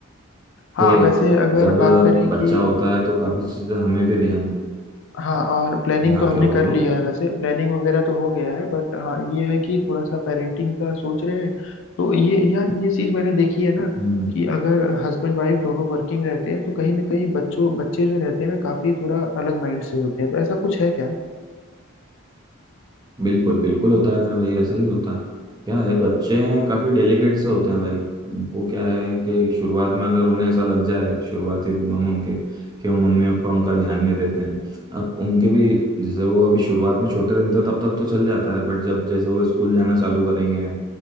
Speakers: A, on the left; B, on the right.
A: हाँ
B: कि
A: वैसे अगर
B: जब
A: बात करें
B: बच्चा
A: कि
B: होता है तो काफी चीजें हमें भी ध्यान
A: हाँ और प्लानिंग
B: हाँ
A: तो हमने
B: क्या बोल
A: कर
B: रहे
A: लिया
B: हो
A: है वैसे प्लानिंग वगैरह तो हो गया है बट हाँ ये है कि थोड़ा सा पेरेंटिंग का सोच रहे हैं तो ये यार ये चीज मैंने देखी है ना
B: हम्म
A: कि अगर हस्बैंड वाइफ दोनों वर्किंग रहते हैं तो कहीं ना कहीं बच्चों बच्चे जो रहते हैं ना काफी थोड़ा अलग माइंड से होते हैं तो ऐसा कुछ है क्या
B: बिल्कुल बिल्कुल होता है मेरे भाई ऐसा ही होता है क्या है बच्चे काफी डेलिकेट से होते हैं भाई उनको क्या है कि शुरुआत में अगर उन्हें ऐसा लग जाए शुरुआती दिनों में उनके कि वो मम्मी पापा उनका ध्यान नहीं देते हैं अब उनके भी जैसे वो अभी शुरुआत में छोटे रहते हैं तब तक तो चल जाता है बट जब जैसे वो स्कूल जाना चालू करेंगे